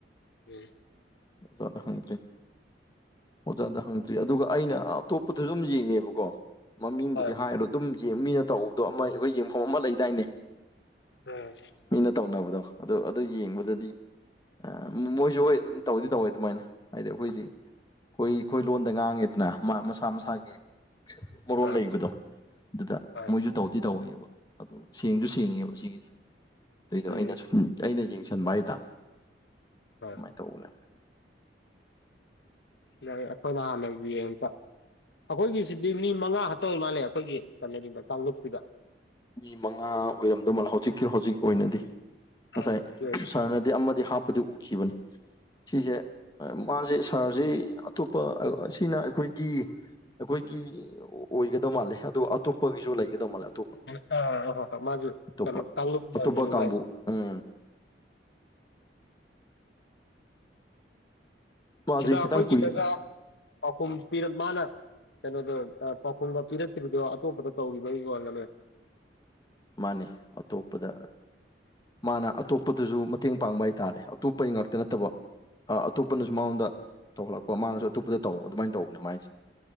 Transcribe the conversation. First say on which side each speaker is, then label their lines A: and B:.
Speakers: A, on the left; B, on the left.
A: ꯎꯝ
B: ꯑꯣꯖꯥꯗ ꯍꯪꯗ꯭ꯔꯤ ꯑꯣꯖꯥꯗ ꯍꯪꯗ꯭ꯔꯤ ꯑꯗꯨꯒ ꯑꯩꯅ ꯑꯇꯣꯞꯄꯗꯁꯨ ꯑꯗꯨꯝ ꯌꯦꯡꯉꯦꯕꯀꯣ ꯃꯃꯤꯡꯕꯨꯗꯤ
A: ꯍꯣꯏ
B: ꯍꯥꯏꯔꯣ ꯑꯗꯨꯝ ꯃꯤꯅ ꯇꯧꯕꯗꯣ ꯑꯃ ꯑꯩꯈꯣꯏ ꯌꯦꯡꯐꯝ ꯑꯃ ꯂꯩꯗꯥꯏꯅꯦ
A: ꯎꯝ
B: ꯃꯤꯅ ꯇꯧꯅꯕ ꯗꯣ ꯑꯗꯨ ꯑꯗꯨ ꯌꯦꯡꯕꯗꯗꯤ ꯃꯣꯏꯁꯨ ꯍꯣꯏ ꯇꯧꯗꯤ ꯇꯧꯋꯦ ꯑꯗꯨꯃꯥꯏꯅ ꯍꯥꯏꯗꯤ ꯑꯩꯈꯣꯏꯗꯤ ꯑꯩꯈꯣꯏ ꯑꯩꯈꯣꯏ ꯂꯣꯟꯗ ꯉꯥꯡꯉꯤꯗꯅ ꯃꯁꯥ ꯃꯁꯥꯒꯤ ꯃꯔꯣꯟ
A: ꯍꯣꯏ
B: ꯂꯩꯕꯗꯣ ꯑꯗꯨꯗ
A: ꯍꯣꯏ
B: ꯃꯣꯏꯁꯨ ꯇꯧꯗꯤ ꯇꯧꯏꯕ ꯑꯗꯨꯗ ꯁꯦꯡꯁꯨ ꯁꯦꯡꯉꯦꯕ ꯁꯤꯒꯤꯁꯦ ꯑꯗꯨꯗꯣ ꯑꯩꯅ
A: ꯎꯝ
B: ꯁꯨꯝ ꯑꯩꯅ ꯌꯦꯡ ꯁꯟꯕ ꯍꯥꯏꯇꯥꯔꯦ
A: ꯍꯣꯏ
B: ꯁꯨꯃꯥꯏꯅ ꯇꯧꯕꯅꯦ
A: ꯌꯥꯏ ꯑꯩꯈꯣꯏꯅ ꯍꯥꯟꯅ ꯌꯦꯡꯕ ꯑꯩꯈꯣꯏꯒꯤꯁꯤꯗꯤ ꯃꯤ ꯃꯉꯥ ꯍꯥꯇꯧ ꯃꯥꯜꯂꯦ ꯑꯩꯈꯣꯏꯒꯤ ꯀꯩꯅꯣꯗꯨꯗ ꯀꯥꯡꯂꯨꯞꯇꯨꯗ
B: ꯃꯤ ꯃꯉꯥ ꯑꯣꯏꯔꯝꯗꯧꯃꯜ ꯍꯧꯖꯤꯛꯀꯤ ꯍꯧꯖꯤꯛ ꯑꯣꯏꯅꯗꯤ ꯉꯁꯥꯏ
A: ꯍꯧꯖꯤꯛꯀꯤ ꯑꯥ
B: ꯁꯥꯔꯅꯗꯤ ꯑꯃꯗꯤ ꯍꯥꯞꯄꯗꯤ ꯎꯈꯤꯕꯅꯤ ꯁꯤꯁꯦ ꯃꯥꯁꯦ ꯁꯥꯔꯁꯤ ꯑꯇꯣꯞꯄ ꯑꯁꯤꯅ ꯑꯩꯈꯣꯏꯒꯤ ꯑꯩꯈꯣꯏꯒꯤ ꯑꯣꯏꯒꯗꯧ ꯃꯥꯜꯂꯦ ꯑꯣ ꯑꯇꯣꯞꯄꯒꯤꯁꯨ ꯂꯩꯒꯗꯕ ꯃꯥꯜꯂꯦ ꯑꯇꯣꯞꯄ
A: ꯀꯅꯥ ꯀꯅꯥ ꯍꯞꯄꯛꯄ ꯃꯥꯖꯨ
B: ꯑꯇꯣꯞꯄ
A: ꯀꯥꯡꯂꯨꯞ
B: ꯑꯇꯣꯞꯄ
A: ꯂꯩꯒꯅꯤ
B: ꯀꯥꯡꯕꯨ
A: ꯃꯥꯏꯖꯦ
B: ꯎꯝ ꯃꯥꯁꯦ
A: ꯁꯤꯗ
B: ꯈꯤꯇꯪ
A: ꯑꯩꯈꯣꯏꯒꯤꯗꯒ
B: ꯀꯨꯏ
A: ꯄꯥꯎꯈꯨꯝ ꯄꯤꯔ ꯃꯥꯅ ꯀꯩꯅꯣꯗꯣ ꯄꯥꯎꯈꯨꯝꯒ ꯄꯤꯔꯛꯇ꯭ꯔꯤꯕꯗꯣ ꯑꯇꯣꯞꯄꯗ ꯇꯧꯔꯤꯕꯩ ꯑꯣꯏꯔꯝꯒꯅꯤ
B: ꯃꯥꯅꯦ ꯑꯇꯣꯞꯄꯗ ꯃꯥꯅ ꯑꯇꯣꯞꯄꯗꯁꯨ ꯃꯇꯦꯡ ꯄꯥꯡꯕ ꯍꯥꯏꯇꯥꯔꯦ ꯑꯇꯣꯞꯄꯩ ꯉꯥꯛꯇ ꯅꯠꯇꯕ ꯑꯥ ꯑꯇꯣꯞꯄꯅꯁꯨ ꯃꯉꯣꯟꯗ ꯇꯧꯍꯠꯂꯛꯄ ꯃꯥꯅꯁꯨ ꯑꯇꯣꯞꯄꯗ ꯇꯧꯕ ꯑꯗꯨꯃꯥꯏꯅ ꯇꯧꯕꯅꯦ ꯃꯥꯏꯁꯦ